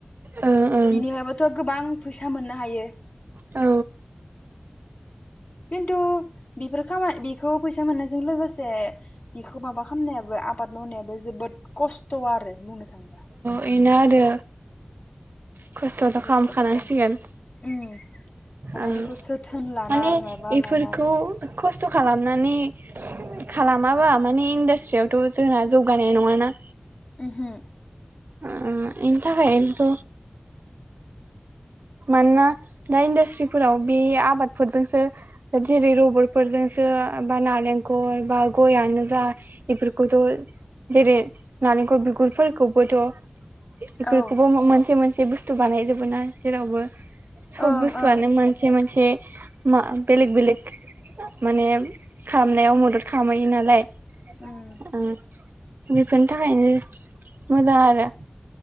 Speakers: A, on the right (about 80°); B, on the left (about 50°).
A: ओ ओं
B: इनिफ्रायबोथ' गोबां फैसा मोननो हायो।
A: औ।
B: खिन्थु बेफोर खामानि बेखौ फैसा मोननायजों लोगोसे बेखौ माबा खालामनायाबो आबाद मावनायाबो जोबोद। खस्थ' आरो बुंनो थाङोबा।
A: बेनो आरो। खस्थ'थ'
B: जोबोद
A: खालामखानांसिगोन
B: खस्थ' उम माने
A: ओ
B: बेखौ जोथोन लानाय
A: माने
B: माबा
A: इफोरखौ
B: लानाय
A: खस्थ' खालामनानै खालामाबा माने इन्डास्ट्रियावथ' जोंना जौगानाय नङाना।
B: उमहो
A: ओ इनि थाखायथ' मानोना दा इन्डास्ट्रिफोराव बे आबादफोरजोंसो जेरै रबरफोरजोंसो बा नालेंखल बा गयानो जा बेफोरखौथ' जेरै नालेंखल बिगुरफोरखौ बोथ इखौबो
B: औ
A: म मोनसे मोन एसे बुस्थु बानायजोबोना जेरावबो। सब
B: ओं
A: बुसथुआनो
B: ओं
A: मानसे मोन एसे मा बेलेग बेलेक माने खामनायाव मदद खामहैयो नालाय
B: उम
A: ओ। बेफोरनि थाखायनो मोजां आरो